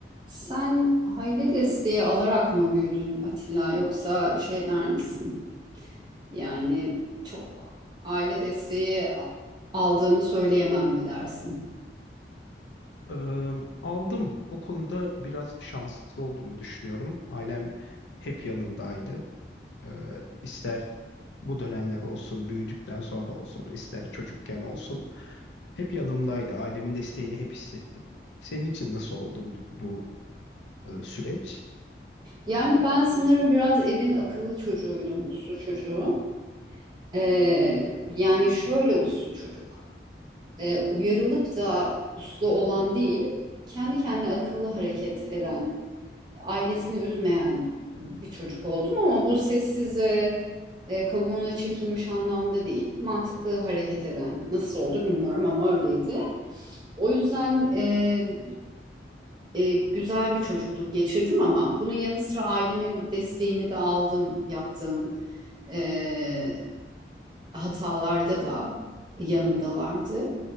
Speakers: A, on the right (about 25°); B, on the left (about 90°).
A: Sen aile desteği alarak mı büyüdün Atilla yoksa şey der misin? Yani çok aile desteği a- aldığımı söyleyemem mi dersin?
B: Eee, aldım. O konuda biraz şanslı olduğumu düşünüyorum. Ailem hep yanımdaydı. Eee ister bu dönemler olsun, büyüdükten sonra olsun, ister çocukken olsun. Hep yanımdaydı. Ailemin desteğini hep hissettim. Senin için nasıl oldu bu, bu e, süreç?
A: Yani ben sanırım biraz evin akıllı çocuğuydum, uslu çocuğu. Ee, yani şöyle uslu çocuk. e, uyarılıp da uslu olan değil, kendi kendine akıllı hareket eden, ailesini üzmeyen bir çocuk oldum ama bu sessiz ve e, kabuğuna çekilmiş anlamda değil. Mantıklı hareket eden. Nasıl oldu bilmiyorum ama öyleydi. O yüzden e, e, güzel bir çocukluk geçirdim ama bunun yanı sıra ailemin desteğini de aldım, yaptım. E, hatalarda da yanımdalardı.